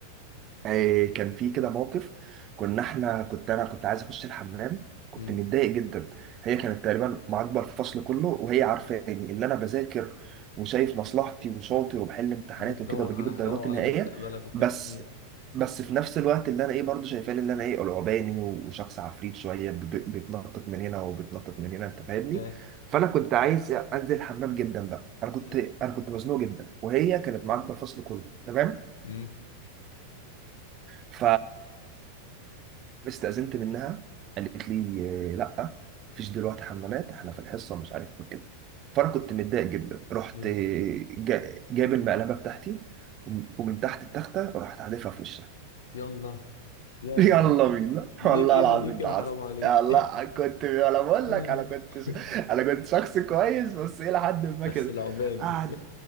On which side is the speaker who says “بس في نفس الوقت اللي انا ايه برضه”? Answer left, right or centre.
Right